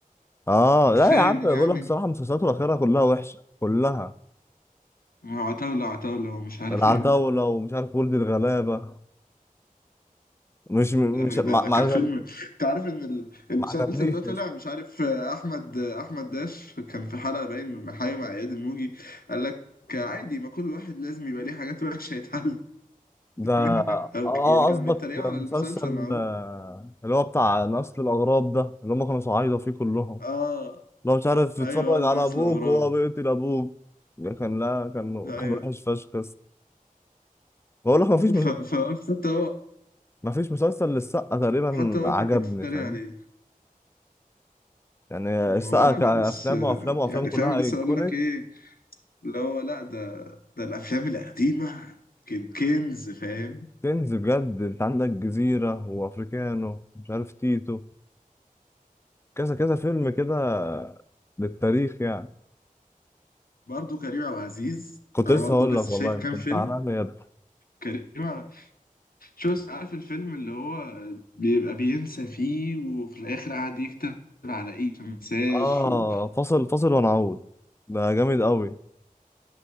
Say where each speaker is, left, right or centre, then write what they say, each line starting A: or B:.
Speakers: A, on the left; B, on the left.
A: اه
B: انت
A: لا
B: فاهم
A: يا عم بقول
B: يعني
A: لك بصراحه مسلسلاته الاخيره كلها وحشه كلها
B: عتاولة عتاولة ومش عارف
A: العتاوله
B: ايه
A: ومش عارف ولد الغلابه مش مش
B: لا،
A: ما
B: ده ده
A: ما
B: كان
A: عجب-
B: فيلم انت عارف ان ال- المسلسل
A: ما عجبنيش
B: ده طلع مش عارف آه، احمد آه، احمد داش كان في حلقه باين حاجه مع اياد الموجي قال لك عادي ما كل واحد لازم يبقى ليه حاجات وحشه يتعلم
A: ده اه
B: منها او
A: آه،
B: ك... يعني كانوا
A: قصدك
B: بيتريقوا
A: مسلسل
B: على المسلسل مع بعض.
A: آه، اللي هو بتاع نسل الأغراب ده اللي هم كانوا صعايدة فيه كلهم
B: اه
A: لو مش عارف يتفرج
B: ايوه قصدي
A: على
B: نفس
A: أبوك
B: الاغراب
A: وهو بيقتل أبوك ده كان لا كان
B: ايوه
A: كان وحش فشخ بس بقول لك مفيش
B: ف... ف... حتى هو
A: مفيش مسلسل للسقا تقريبا
B: حتى هو
A: عجبني
B: كان بيتريق
A: فاهم
B: عليه
A: يعني
B: ولا
A: السقا كأفلام
B: انا بس آه،
A: وأفلام وأفلام
B: يعني
A: كلها
B: فاهم لسه
A: أيكونيك
B: اقول لك ايه اللي هو لا ده ده الافلام القديمه كان كنز فاهم
A: كنز بجد أنت عندك جزيرة وأفريكانو مش عارف تيتو كذا كذا فيلم كده للتاريخ يعني
B: برضه كريم عبد العزيز
A: كنت
B: انا
A: لسه
B: برضه
A: هقول
B: لسه
A: لك والله
B: شايف
A: انت
B: كام
A: انت
B: فيلم
A: عالمي يا ابني
B: كريم عبد- شوف عارف الفيلم اللي هو بيبقى بينسى فيه وفي الاخر قاعد يكتب على ايه ما نساش
A: اه
B: و...
A: فاصل فاصل ونعود ده جامد قوي